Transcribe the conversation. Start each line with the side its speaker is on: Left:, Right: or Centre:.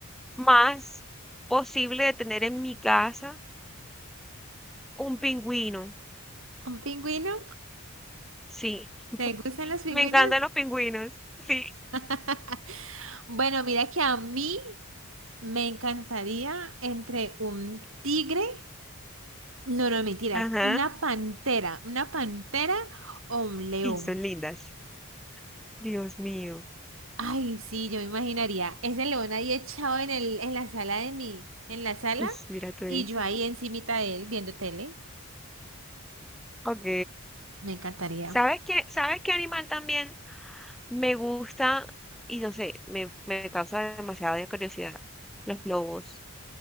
Centre: más posible de tener en mi casa un pingüino.
Right: ¿Un pingüino?
Centre: Sí,
Right: ¿Te gustan los pingüinos?
Centre: me encantan los pingüinos. Sí,
Right: <laughs> Bueno, mira que a mí me encantaría entre un tigre No, no, mentira,
Centre: ajá.
Right: es una pantera, una pantera o un león.
Centre: Y son lindas. Dios mío.
Right: Ay, sí, yo me imaginaría ese león ahí echado en el, en la sala de mi, en la sala
Centre: Ish, Mira todo
Right: y
Centre: eso.
Right: yo ahí encimita de él viendo tele.
Centre: Ok.
Right: Me encantaría.
Centre: ¿Sabes qué? ¿Sabes qué animal también me gusta? Y no sé, me, me causa demasiada curiosidad. Los lobos.